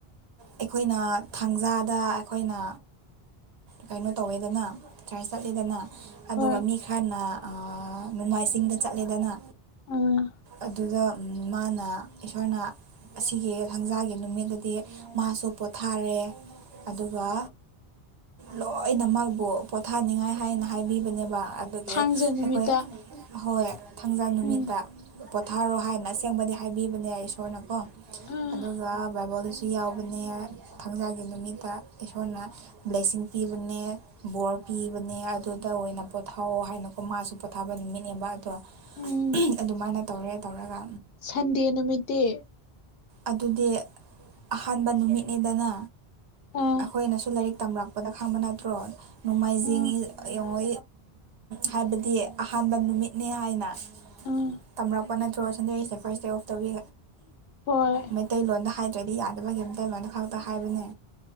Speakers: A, on the right; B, on the left.
A: ꯑꯩꯈꯣꯏꯅ ꯊꯥꯡꯖꯥꯗ ꯑꯩꯈꯣꯏꯅ ꯀꯩꯅꯣ ꯇꯧꯋꯦꯗꯅ ꯆꯔꯆ ꯆꯠꯂꯦꯗꯅ ꯑꯗꯨꯒ
B: ꯍꯣꯏ
A: ꯃꯤ ꯈꯔꯅ ꯑ ꯅꫭꯡꯃꯥꯏꯖꯤꯡꯗ ꯆꯠꯂꯦꯗꯅ
B: ꯑꯥ
A: ꯑꯗꯨ ꯑꯗꯨꯗ ꯎꯝ ꯃꯥꯅ ꯏꯁꯣꯔꯅ ꯑꯁꯤꯒꯤ ꯊꯥꯡꯖꯥꯒꯤ ꯅꯨꯃꯤꯠꯇꯗꯤ ꯃꯥꯁꯨ ꯄꯣꯊꯥꯔꯦ ꯑꯗꯨꯒ ꯂꯣꯏꯅꯃꯛꯕꯨ ꯄꯣꯊꯥꯅꯤꯡꯉꯥꯏ ꯍꯥꯏꯅ ꯍꯥꯏꯕꯤꯕꯅꯦꯕ ꯑ ꯑꯗꯨꯒꯤ
B: ꯊꯥꯡꯖ ꯅꯨꯃꯤꯠꯇ
A: ꯑꯩꯈꯣꯏ ꯍꯣꯏ ꯊꯥꯡꯖꯥ ꯅꯨꯃꯤꯠꯇ꯫
B: ꯎꯝ
A: ꯄꯣꯊꯥꯔꯣ ꯍꯥꯏꯅ ꯑꯁꯦꯡꯕꯗꯤ ꯍꯥꯏꯕꯤꯕꯅꯦ ꯌꯥꯏ ꯏꯁꯣꯔꯅꯀꯣ꯫
B: ꯑꯥ
A: ꯑꯗꯨꯒ ꯕ꯫ ꯑꯗꯨ ꯌꯥꯎꯕꯅꯦ ꯊꯥꯡꯖꯥꯒꯤ ꯅꯨꯃꯤꯠꯇ ꯏꯁꯣꯔꯅ ꯕ꯭ꯂꯦꯁꯤꯡ ꯄꯤꯕꯅꯦ ꯕꯣꯔ ꯄꯤꯕꯅꯦ ꯑꯗꯨꯗ ꯑꯣꯏꯅ ꯄꯣꯊꯥꯑꯣ ꯍꯥꯏꯅꯀꯣ ꯃꯥꯁꯨ ꯄꯣꯊꯥꯕ ꯅꯨꯃꯤꯠꯅꯦꯕ ꯑꯗꯣ꯫
B: ꯎꯝ
A: ꯑꯗꯨꯃꯥꯏꯅ꯫ ꯇꯧꯔꯦ ꯇꯧꯔꯒ꯫
B: ꯁꯟꯗꯦ ꯅꯨꯃꯤꯠꯇꯤ꯫
A: ꯑꯗꯨꯗꯤ ꯑꯍꯥꯟꯕ ꯅꯨꯃꯤꯠꯅꯤꯗꯅ꯫
B: ꯑꯥ
A: ꯑꯩꯈꯣꯏꯅꯁꯨ ꯂꯥꯏꯔꯤꯛ꯫ ꯇꯝꯔꯛꯄꯗ ꯈꯪꯕ ꯅꯠꯇ꯭ꯔꯣ ꯅꯣꯡꯃꯥꯏꯖꯤꯡꯡꯉ
B: ꯑꯥ
A: ꯍꯥꯏꯕꯗꯤ ꯑꯍꯥꯟꯕ ꯅꯨꯃꯤꯠꯅꯦ ꯍꯥꯏꯅ
B: ꯑꯥ
A: ꯇꯝꯔꯛꯄ ꯅꯠꯇ꯭ꯔꯣ ꯁꯟꯗꯦꯁꯦ ꯐꯥꯔꯁ ꯗꯦ ꯑꯣꯐ ꯇꯧꯕꯤ꯫
B: ꯍꯣꯏ
A: ꯃꯩꯇꯩꯂꯣꯟꯗ ꯍꯥꯏ꯫ ꯇꯔꯥꯗꯤ ꯌꯥꯗꯕ ꯀꯦꯝꯇ ꯂꯣꯏꯅ ꯈꯛꯇ ꯍꯥꯏꯕꯅꯦ꯫